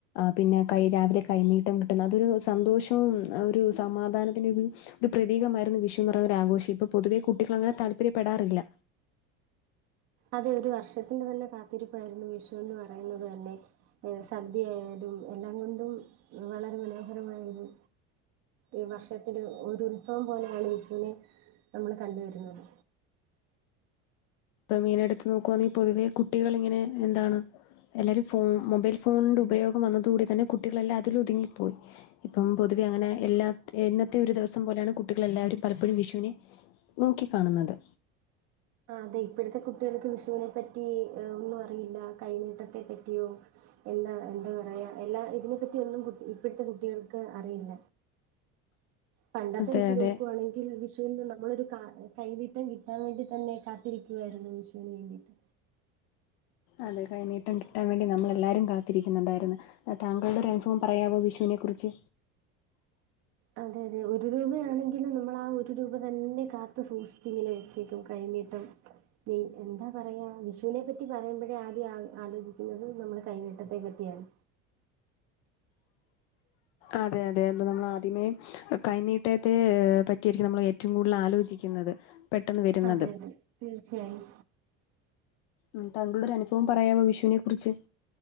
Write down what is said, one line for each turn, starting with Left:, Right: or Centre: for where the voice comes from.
Left: പിന്നെ കൈ രാവിലെ കൈനീട്ടം കിട്ടുന്ന അതൊരു സന്തോഷവും ഒര് സമാധാനത്തിന്റെയൊരു ഒര് പ്രതീകമായിരുന്നു വിഷുന്ന് പറഞ്ഞ ആഘോഷം ഇപ്പൊ പൊതുവെ കുട്ടികള് അങ്ങനെ താല്പര്യപ്പെടാറില്ല.
Right: അതെ ഒരു വർഷത്തിന്റെ തന്നെ കാത്തിരിപ്പായ്ര്ന്നു വിഷു എന്ന് പറയുന്നത് തന്നെ ഏഹ് സദ്യയയാലും എല്ലാം കൊണ്ടും വളരെ മനോഹരമായൊരു ഈ വർഷത്തിൽ ഒര് ഉത്സവം പോലെയാണ് വിഷുനെ നമ്മള് കണ്ട് വരുന്നത്
Left: ഇപ്പൊ <unintelligible> എടുത്ത് നോക്കുവാന്നെങ്കില് പൊതുവെ കുട്ടികൾ ഇങ്ങനെ എന്താണ് എല്ലാവരും ഫോൺ മൊബൈൽ ഫോണിന്റെ ഉപയോഗം വന്നതോടി തന്നെ കുട്ടികളെല്ലാം അതിൽ ഒതുങ്ങിപ്പോയി ഇപ്പം പൊതുവെ അങ്ങനെ എല്ലാ എന്നത്തെ ഒര് ദിവസം പോലെയാണ് കുട്ടികൾ എല്ലാവരും പലപ്പോഴും വിഷുവിനെ നോക്കി കാണുന്നത്.
Right: ആ അതെ ഇപ്പഴ്ത്തെ കുട്ടികൾക്ക് വിഷുവിനെ പറ്റി ഒന്നും അറിയില്ല കൈനീട്ടത്തെ പറ്റിയും എന്താ എന്താ പറയ എല്ലാ ഇതിനെപ്പറ്റിയൊന്നും കു ഇപ്പഴ്ത്തെ കുട്ടികൾക്ക് അറിയില്ല പണ്ടത്തെ
Left: അതെ
Right: വെച്ച്
Left: അതെ
Right: നോക്കുവാണെങ്കിൽ വിഷു പിന്നെ നമ്മളൊരു ക കൈനീട്ടം കിട്ടാൻ വേണ്ടി തന്നെ കാത്തിരിക്കുവാരുന്നു വിഷുവിന് വേണ്ടിട്ട്
Left: അതെ കൈനീട്ടം കിട്ടാൻ വേണ്ടി നമ്മളെല്ലാരും കാത്തിരിക്കുന്നുണ്ടായിരുന്നു. താങ്കളുടെ ഒരനുഭവം പറയാവോ വിഷുവിനെ കുറിച്ച്
Right: അതെ അതെ ഒരു രൂപയാണെങ്കിലും നമ്മള് ആ ഒരു രൂപ തന്നെ കാത്തു സൂക്ഷിച്ചിങ്ങനെ വെച്ചേക്കും കൈന്നീട്ടം <unintelligible> എന്താ പറയാ വിഷുവിനെ പറ്റി പറയുമ്പഴേ ആദ്യം ആ ആലോചിക്കുന്നത് നമ്മള് കൈനിട്ടത്തെ പറ്റിയാണ്.
Left: അതെ അതെ അന്ന് നമ്മള് ആദ്യമേ കൈനീട്ടത്തെ പറ്റിയാരിക്കും നമ്മള് ഏറ്റവും കൂടുതൽ ആലോചിക്കുന്നത്. പെട്ടൊന്ന് വെരുന്നത്
Right: അതെ അതെ തീർച്ചയായും
Left: ഉം തങ്കളുടെ ഒരനുഭവം പറയാവോ വിഷുവിനെ കുറിച്ച്?